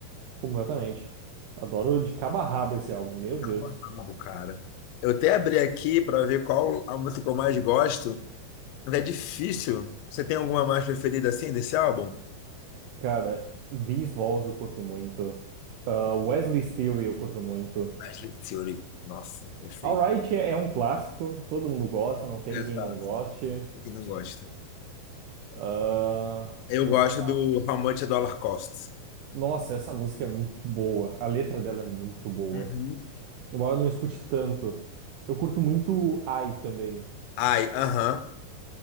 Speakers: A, on the right (about 80°); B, on the left (about 80°).
A: completamente. Adoro de cabo a rabo esse álbum, meu
B: Cabo
A: Deus.
B: a rabo, cara. Eu até abri aqui pra ver qual a música que eu mais gosto, mas é difícil. Você tem alguma mais preferida assim desse álbum?
A: Cara, These Walls eu curto muito. Ah, Wesley's Theory eu curto muito.
B: Ashley Theory. Nossa, perfeito.
A: Alright é é um clássico, todo mundo gosta, não tem
B: Exato.
A: quem não goste.
B: Quem não gosta?
A: Ah,
B: Eu
A: deixa eu pensar.
B: gosto do How Much a Dollar Costs.
A: Nossa, essa música é muito boa. A letra dela é muito boa.
B: Uhum.
A: Embora eu não escute tanto, eu curto muito I também.
B: Ai, aham.